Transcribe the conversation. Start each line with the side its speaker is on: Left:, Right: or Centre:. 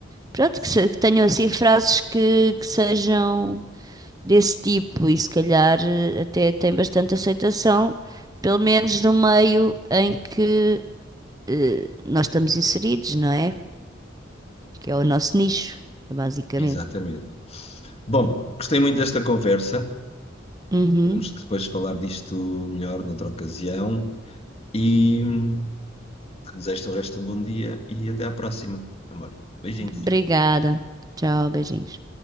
Right: Pronto, que, se- que tenham assim frases que, que sejam desse tipo e se calhar eh, até tem bastante aceitação, pelo menos no meio em que eh, nós estamos inseridos, não é? Que é o nosso nicho, basicamente.
Left: Exatamente. Bom, gostei muito desta conversa.
Right: Uhum.
Left: Temos que depois falar disto melhor noutra ocasião. E hum, desejo-te o resto de um bom dia e até à próxima, amor. Beijinhos.
Right: Obrigada. Tchau, beijinhos.